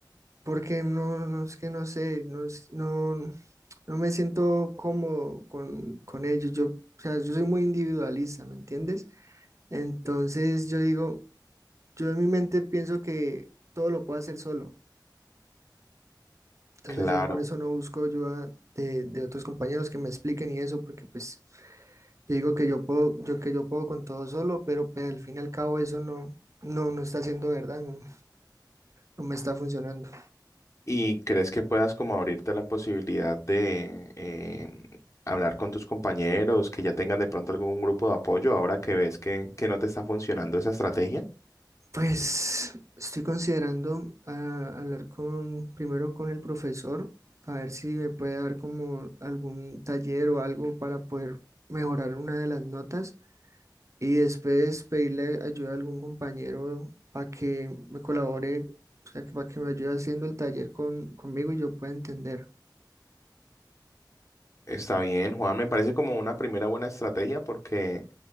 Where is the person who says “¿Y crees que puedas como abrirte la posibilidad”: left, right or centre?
Left